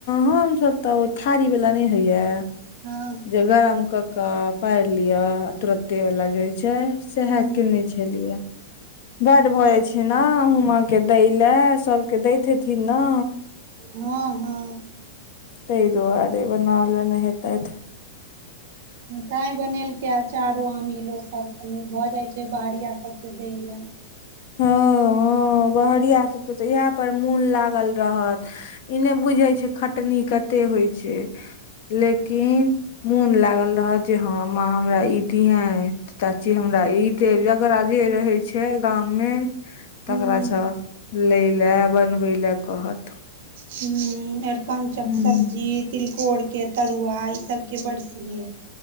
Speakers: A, on the left; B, on the right.
A: हमसब तऽ ओ थारी वाला नहि होइयै
B: हँ
A: जे गरम कऽ का पारि लिय तुरत्ते वाल जे होइ छै सेहै
B: हँ
A: कने छलियै बट भऽ जाइ छै ने हुमा के दै ले सबके दैत हथिन ने
B: हँ हँ
A: तेइ दौआरे बना लेने हेतत
B: ताई बनेलकै अचारो आमिलो सब कनी भऽ जाय छै बाहरिया सबके देय ले
A: हँ हँ बहारिया सबके तऽ इएह पर मोन लागल रहत ई नहि बुझै छै खटनी कते होइ छै लेकिन मोन लागल रहत जे हँ माँ हमरा ई दिये चाची हमरा ई दे जकरा जेे रहे छै गाँव मै
B: हूँ
A: तकरा छ लेलै बनबे ले कहत
B: ह अरकञ्चक
A: हूँ
B: सब्जी तिलकोर के तरुआ ई सब के बड़सी <unintelligible>